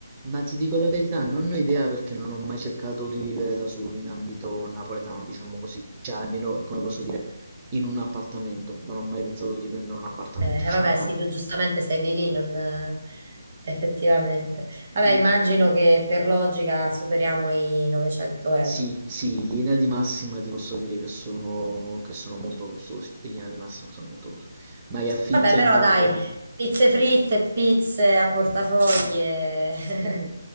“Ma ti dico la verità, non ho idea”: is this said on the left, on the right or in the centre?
Right